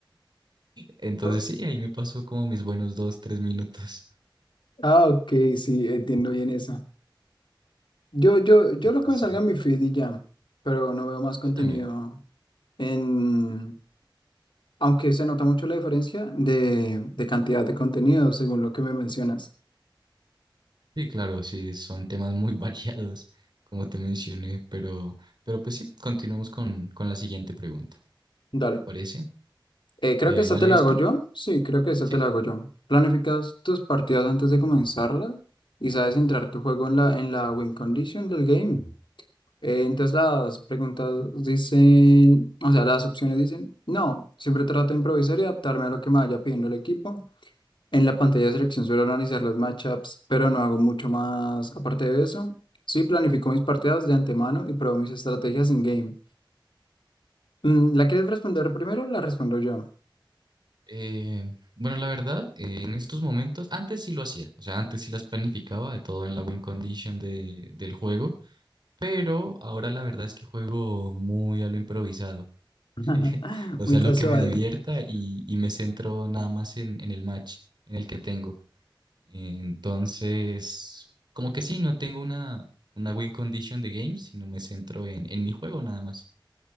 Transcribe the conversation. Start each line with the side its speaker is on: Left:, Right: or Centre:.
Right: Entonces,
Left: ¿no?
Right: sí, ahí me pasó como mis buenos dos, tres minutos.
Left: Ah, ok, sí, entiendo bien esa. Yo, yo, yo
Right: Entonces,
Left: lo que me salga
Right: sí,
Left: en mi feed y ya, pero no veo más contenido
Right: yo también.
Left: en, aunque se nota mucho la diferencia de, de cantidad de contenido según lo que me mencionas.
Right: Sí, claro, sí, son temas muy <laughs> variados, como te mencioné, pero, pero pues sí, continuamos con, con la siguiente pregunta,
Left: Dale.
Right: ¿te parece?
Left: Eh, creo
Right: Eh,
Left: que esta
Right: ¿la
Left: te
Right: lees
Left: la hago
Right: tú?
Left: yo. Sí, creo que esta
Right: Sí.
Left: te la hago yo. Planificas tus partidas antes de comenzarlas y sabes entrar tu juego en la, en la win condition del game. Eh, entonces las preguntas dicen, o sea, las opciones dicen, no, siempre trato de improvisar y adaptarme a lo que me vaya pidiendo el equipo. En la pantalla de selección suelo analizar los matchups, pero no hago mucho más aparte de eso. Sí, planifico mis partidas de antemano y pruebo mis estrategias en game. Mm, ¿La quieres responder primero? o La respondo yo.
Right: Eh, bueno, la verdad, eh, en estos momentos, antes sí lo hacía, o sea, antes sí las planificaba de todo en la win condition de, del juego, pero ahora la verdad es que juego muy a lo improvisado,
Left: <laughs>
Right: <laughs> o
Left: Muy
Right: sea,
Left: casual.
Right: lo que me divierta y, y me centro nada más en, en el match en el que tengo. Entonces, como que sí, no tengo una, una win condition de games, sino me centro en, en mi juego nada más.